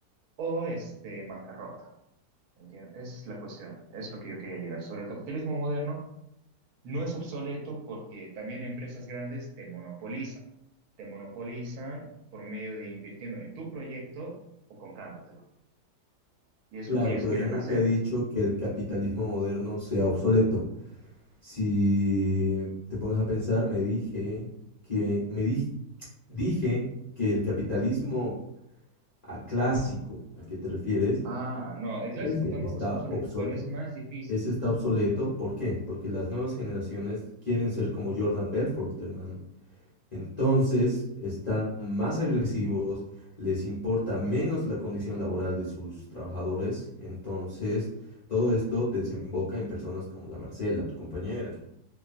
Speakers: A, on the right; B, on the left.
A: o este, en bancarrota. ¿Entiendes? Es la cuestión, es lo que yo quería llegar. Sobre el capitalismo moderno, no es obsoleto porque también empresas grandes te monopolizan. Te monopolizan por medio de invirtiendo en tu proyecto o comprándotelo. Y es
B: Claro,
A: lo que ellos
B: pero
A: quieren
B: yo nunca
A: hacer.
B: he dicho que el capitalismo moderno sea obsoleto. Si te pones a pensar, me dije que me di- dije que el capitalismo ah, clásico al que te refieres,
A: Ah, no, el clásico
B: ese
A: tampoco
B: está
A: es obsoleto,
B: obsoleto
A: pero es más difícil.
B: Ese está obsoleto, ¿por qué? Porque las nuevas generaciones quieren ser como Jordan Belfort, hermano. Entonces están más agresivos, les importa menos la condición laboral de sus trabajadores. Entonces todo esto desemboca en personas como la Marcela, tu compañera.